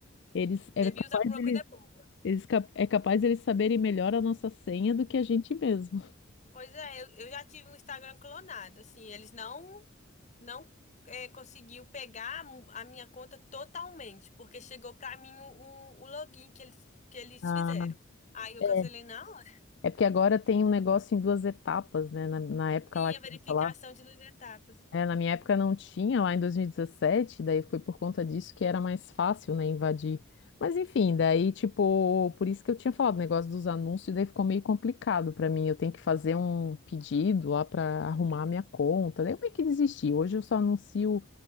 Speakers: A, on the left; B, on the left.
A: eles
B: Devia
A: é capaz
B: usar pra
A: deles,
B: uma coisa boa.
A: eles cap- é capaz deles saberem melhor a nossa senha do que a gente mesmo.
B: Pois é, eu, eu já tive um Instagram clonado, assim, eles não não é, conseguiu pegar mu- a minha conta totalmente, porque chegou pra mim o, o- o login que eles que eles
A: Ah,
B: fizeram. Aí eu
A: é.
B: cancelei na hora.
A: É porque agora tem um negócio em duas etapas, né? Na, na época
B: Sim,
A: lá que
B: a verificação
A: lançou
B: de duas etapas.
A: É, na minha época não tinha, lá em 2017, daí foi por conta disso que era mais fácil, né, invadir. Mas enfim, daí, tipo, por isso que eu tinha falado o negócio dos anúncios, daí ficou meio complicado pra mim. Eu tenho que fazer um pedido lá pra arrumar a minha conta. Daí eu meio que desisti. Hoje eu só anuncio.